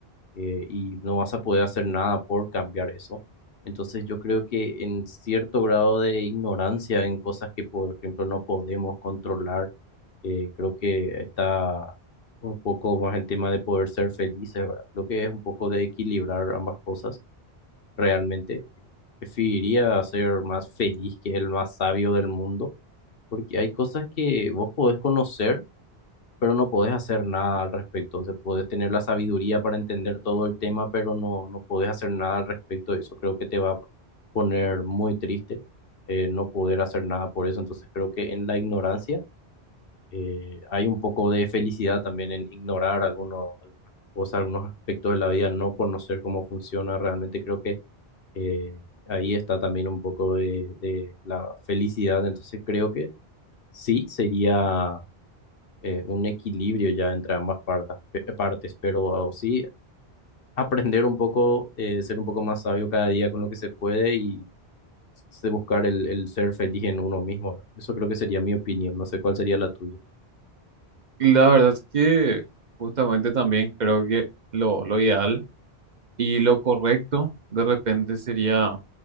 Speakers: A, on the left; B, on the right.
A: eh, y no vas a poder hacer nada por cambiar eso. Entonces yo creo que en cierto grado de ignorancia en cosas que, por ejemplo, no podemos controlar, eh, creo que está un poco más el tema de poder ser felices, ¿verdad? Creo que es un poco de equilibrar ambas cosas realmente preferiría ser más feliz que el más sabio del mundo, porque hay cosas que vos podés conocer, pero no podés hacer nada al respecto. O sea, podés tener la sabiduría para entender todo el tema, pero no, no podés hacer nada al respecto. Eso creo que te va a poner muy triste, eh, no poder hacer nada por eso. Entonces creo que en la ignorancia eh, hay un poco de felicidad también en ignorar algunos, algunas cosas, algunos aspectos de la vida, no conocer cómo funciona. Realmente creo que eh, ahí está también un poco de, de la felicidad, entonces creo que sí sería eh, un equilibrio ya entre ambas partas, pe- partes, pero sí aprender un poco, eh, ser un poco más sabio cada día con lo que se puede y se buscar el, el ser feliz en uno mismo. Eso creo que sería mi opinión, no sé cuál sería la tuya.
B: Y La verdad es que justamente también creo que lo, lo ideal y lo correcto de repente sería